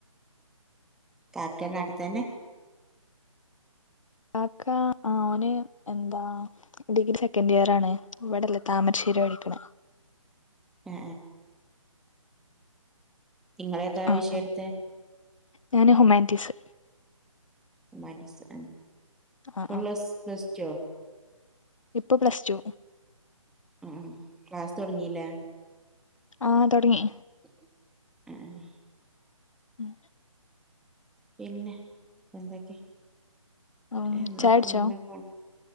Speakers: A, in the centre; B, on the left (about 70°).
A: കാക്കനാടുത്തന്നെ
B: കാക്ക ആ അവന് എന്താ ഡിഗ്രി സെക്കൻഡ് ഇയർ ആണ് ഇവിടെല്ലേ താമരശ്ശേരി പഠിക്കണ
A: ആ നിങ്ങളെ ത
B: ആഹ്
A: വിഷയം
B: ആഹ്
A: എടുത്തെ
B: ഞാന് ഹുമാന്റ്റീസ്
A: ഹുമാനിറ്റീസ്ആ
B: ആഹ്
A: പ്ലസ്
B: ആഹ്
A: പ്ലസ് ടുവോ
B: ഇപ്പൊ പ്ലസ് ടു
A: ആ ക്ലാസ് തുടങ്ങില്ലേ
B: ആഹ് തുടങ്ങി
A: ഉഹ
B: ഉം
A: പിന്നെ എന്തൊക്കെ
B: ഉം
A: എന്താ
B: ചായുടിച്ചോ
A: അങ്ങന പോണ്